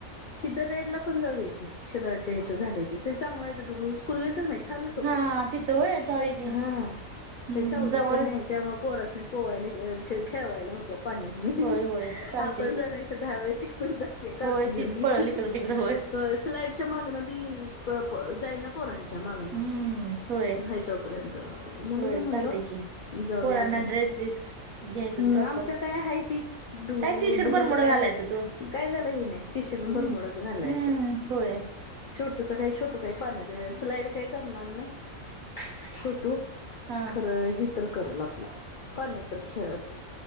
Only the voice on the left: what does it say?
इिथ रेडला पण जाऊया की शरराच्या इथं झालय ते चांगलंय डुग- कुलग्याच नाही छान नाही तो
पण
हा.
काय सावली
पणय त्यामुळे पोरसनी पोवायला ह्य खे खेळवायला होतय पाण्यात. आपण
जाणशा दहा वेळा ती पण जातीय काढून
घेऊन
इतीय.
होय स्लाईडच्या मागण्या ती प प जाई ना पोरांच्या मागनं
हाय तोपर्यंत. म्हणून
मी म्हणलं
जाऊया
आपण.
हम्मं
आमच्या ताय हायती डु
डुगूचं
काय
हाय
काय झालं हि ने, टी शर्ट न
बरमुडाच घालायचं.
छोटूच काय छोटू काय पान्यात स्लाईड काही करणार नाय छोटू.
खरं हि तर करल आपला पान्यात तर खेळल.